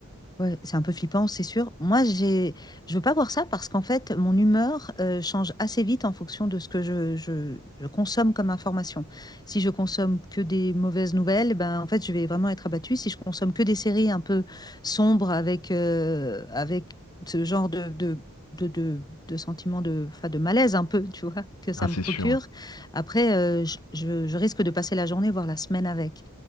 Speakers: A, on the left (about 20°); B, on the left (about 85°).
A: Ouais, c'est un peu flippant, c'est sûr. Moi, j'ai, je veux pas voir ça parce qu'en fait, mon humeur euh, change assez vite en fonction de ce que je, je- je consomme comme information. Si je consomme que des mauvaises nouvelles, ben en fait, je vais vraiment être abattue. Si je consomme que des séries un peu sombres avec euh, avec ce genre de de de, de, de sentiment de, enfin, de malaise un peu, tu vois, que ça
B: Ah, c'est
A: me procure.
B: sûr. Hein.
A: Après, euh, je, je- je risque de passer la journée, voire la semaine avec.